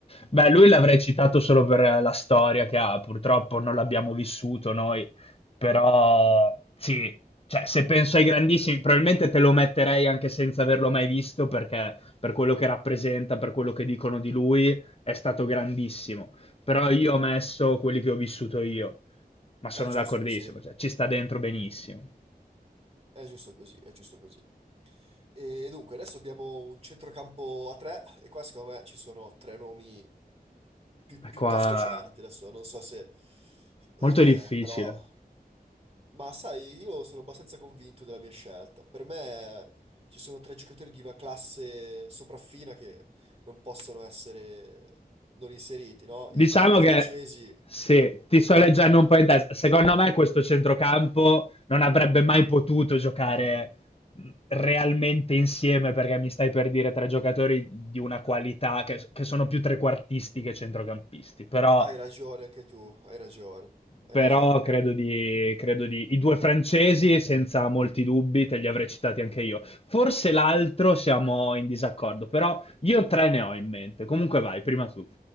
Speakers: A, on the left; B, on the right.
A: Beh, lui l'avrei citato solo per la storia che ha, purtroppo non l'abbiamo vissuto noi, però sì, cioè, se penso ai grandissimi, probabilmente te lo metterei anche senza averlo mai visto, perché per quello che rappresenta, per quello che dicono di lui, è stato grandissimo. Però io ho messo quelli che ho vissuto io, ma
B: È
A: sono
B: giusto
A: d'accordissimo,
B: così,
A: cioè, ci sta dentro benissimo.
B: è giusto così, è giusto così. E dunque, adesso abbiamo un centrocampo a tre e qua secondo me ci sono tre nomi pi-
A: È
B: piuttosto
A: qua
B: certi. Adesso non so se... eh,
A: molto difficile.
B: però Ma sai, io sono abbastanza convinto della mia scelta. Per me eh, ci sono tre giocatori di una classe sopraffina che non possono essere non inseriti, no?
A: Diciamo
B: I, i due francesi,
A: che sì, ti sto leggendo un po' in testa. Secondo me questo centrocampo non avrebbe mai potuto giocare mh, realmente insieme perché mi stai per dire tre giocatori di una qualità che, che sono più trequartisti che centrocampisti. Però,
B: hai ragione anche tu, hai ragione, hai
A: però
B: ragione.
A: credo di, credo di... I due francesi, senza molti dubbi, te li avrei citati anche io. Forse l'altro siamo in disaccordo, però io tre ne ho in mente. Comunque vai, prima tu.